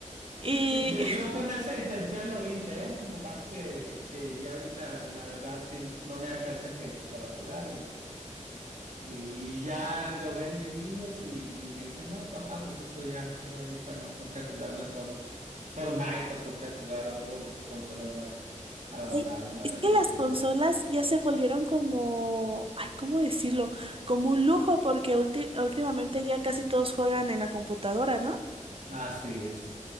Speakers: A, on the right (about 45°); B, on the right (about 70°).
A: Y
B: Yo, yo con esa intención lo hice, ¿eh? Nomás que, que ya ahorita, la verdad, sí, no me alcanza el tiempo para jugar y. Y ya lo ven mis niños y, y me dicen, no, papá, pues eso ya, ya ahorita no, ponte a jugar mejor Fortnite o ponte a jugar otras consolas más avanzadas,
A: Ey,
B: ¿no?
A: Es
B: La
A: que
B: Play
A: las
B: 5.
A: consolas ya se volvieron como, ay, ¿cómo decirlo? Como un lujo, porque ulti- últimamente ya casi todos juegan en la computadora, ¿no?
B: Así es.